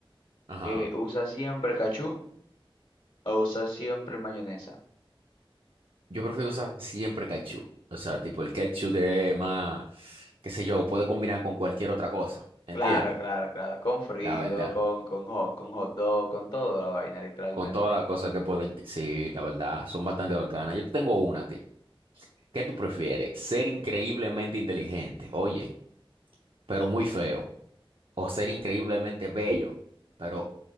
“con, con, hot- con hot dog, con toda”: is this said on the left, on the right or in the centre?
Left